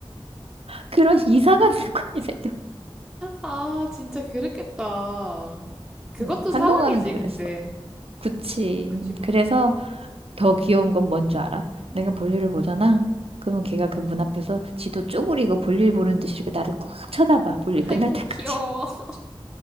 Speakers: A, on the right; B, in the centre.
A: <laughs> 그런 이상한 습관이 생겨.
B: 아, 진짜 그렇겠다. 그것도
A: 어, 한동안은
B: 사랑이지,
A: 그랬어.
B: 근데.
A: 그치.
B: 굳이 그것도
A: 그래서 더 귀여운 건 뭔 줄 알아?
B: 사랑이?
A: 내가 볼일을 보잖아. 그러면 걔가 그 문 앞에서 지도 쪼그리고 볼일 보는 듯이 이렇게 나를 꾹 쳐다봐. 볼일 끝날
B: 아이고,
A: 때까지.
B: 귀여워. <laughs>